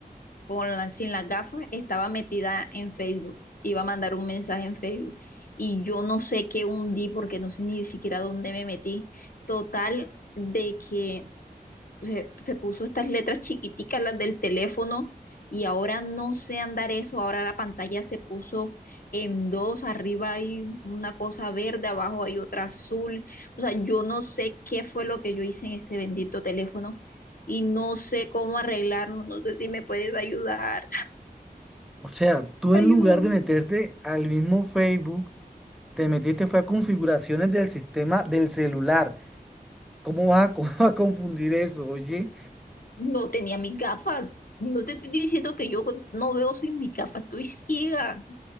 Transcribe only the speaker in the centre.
O sea, tú en
lugar de meterte al mismo Facebook, te metiste fue a configuraciones del sistema del celular. ¿Cómo vas a, co- <laughs> a confundir eso, oye?